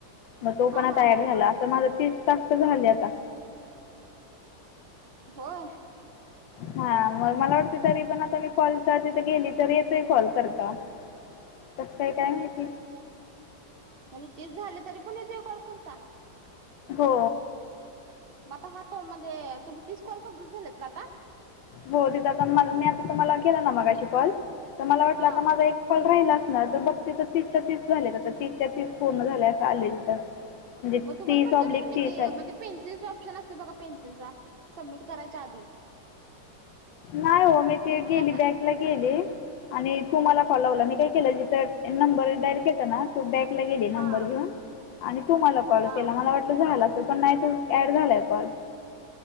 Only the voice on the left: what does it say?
मग तो पण
आता
ॲड
झाला.
अस माझ तीस टास्क झाले आता.
हा मग मला वाटतं तरी पण आता मी कॉल <unintelligible> तिथे गेली तरी येतही कॉल करता. कसं काय काय माहिती?
हो
हो तिथ त मल <unintelligible> त मला वाटला
आता माझा एक कॉल राहिला असणार. त बघते तीसच्या तीस झालेत आता तीसच्या तीस पूर्ण झालेय असा आले तिथं म्हणजे
तीस
ऑब्लिक
तीस
आहे
नाही ओ, मी ते
गेली
बॅक गेली आणि तु मला कॉल लावला. मी काय केलं जिथं नंबर डाइल केलतं ना, तू बॅकला गेली नंबर
घेऊन आणि तू मला कॉल
केला. मला वाटलं झाल असलं पण नाही तू ॲड झाला आहे कॉल.